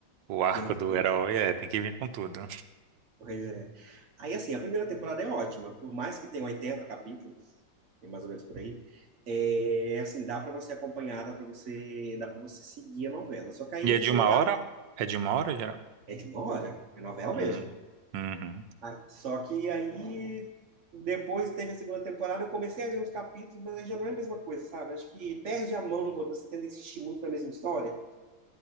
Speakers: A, on the right (about 75°); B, on the right (about 50°).
A: O arco
B: Tem que
A: do
B: ter.
A: herói é, tem que vir com tudo.
B: Pois é. Aí, assim, a primeira temporada é ótima, por mais que tenha 80 capítulos, tem mais ou menos por aí, é, assim, dá para você acompanhar, dá para você, dá para você seguir a novela. Só que aí
A: E
B: eles
A: é de
B: colocaram,
A: uma hora? É de uma hora, geral?
B: é de uma hora, é novela
A: Hum.
B: mesmo.
A: Uhum.
B: Ah, Só que aí, depois teve a segunda temporada, eu comecei a ver uns capítulos, mas aí já não é a mesma coisa, sabe? Acho que perde a mão quando você tenta insistir muito na mesma história.